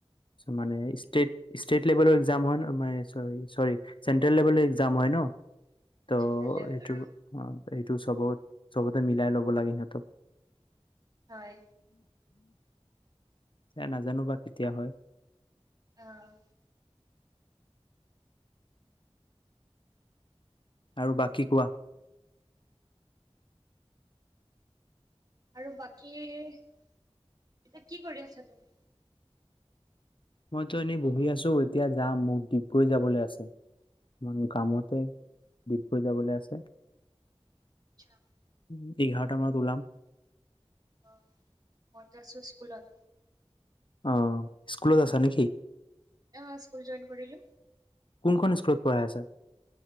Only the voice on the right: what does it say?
বেলেগ
আৰু
হয়।
অঁ।
আৰু বাকী এতিয়া কি কৰি আছা তুমি?
আচ্ছা।
অহ, ম‌ইতো আছোঁ স্কুলত।
অঁ স্কুল জয়েন কৰিলোঁ।